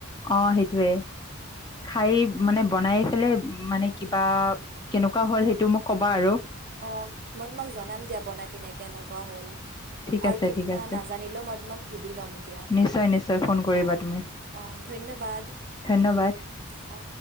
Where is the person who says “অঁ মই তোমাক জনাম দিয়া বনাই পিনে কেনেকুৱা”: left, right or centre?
Right